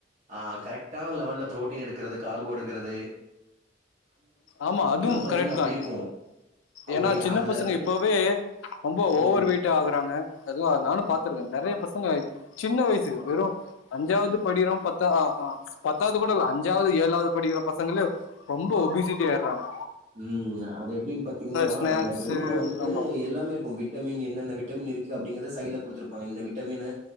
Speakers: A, on the right; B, on the left.
A: ஆ கரெக்டான லெவல்ல ப்ரோட்டீன் எடுக்கறது கார்போ எடுக்றது
B: ஆமா அதுவு
A: பாத்தீங்கன்னா
B: கரெக்ட்
A: அப்டி
B: தா
A: இருக்கும். அவங்க
B: ஏனா
A: எ-
B: சின்ன
A: அதுல
B: பசங்க
A: வந்து
B: இப்பவே
A: என்ன-
B: ரொம்ப ஓவர்
A: ம்.
B: வெயிட்ட ஆகுறாங்க அதுவு நானு
A: ஆமா.
B: பாத்துருக்கே நெறைய பசங்க சின்ன வயசு
A: ஆ.
B: வெறு அஞ்சாவது படிகிறோ பத் தா அ பத்தாவது கூட இல்ல அஞ்சாவது ஏழாவது படிக்கிற பசங்களே ரொம்ப ஒபிசிட்டி ஆய்டுறாங்க
A: ம் அது எப்டின்னு பாத்தீங்கன்னா
B: ஸ்நாக்ஸு
A: அந்த மெனுல வந்துட்டு
B: ஆமாம்
A: எல்லாமே இருக்கு விட் விட்டமின் என்ன என்ன விட்டமின் இருக்கு அப்டிங்கறத சைடுல குடுத்துருப்பாங்க இந்த விட்டமீனு